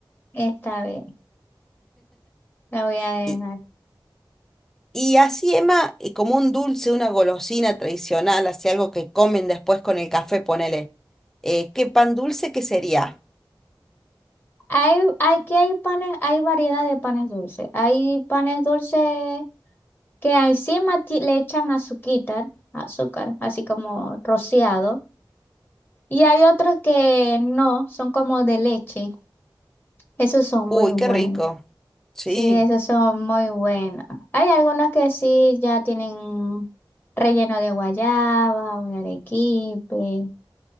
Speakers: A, on the left; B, in the centre.
A: Está bien. La voy a dejar.
B: Y, y así, Emma, y como un dulce, una golosina tradicional, así algo que comen después con el café, ponele. Eh, ¿qué pan dulce que sería?
A: Hay, aquí hay panes, hay variedad de panes dulces. Hay panes dulces que encima ti- le echan azuquita, azúcar, así como rociado. Y hay otros que no, son como de leche. Esos son
B: Uy,
A: muy buenos.
B: qué rico. Sí,
A: Sí, esos son muy buenos. Hay algunos que sí ya tienen relleno de guayaba o de arequipe.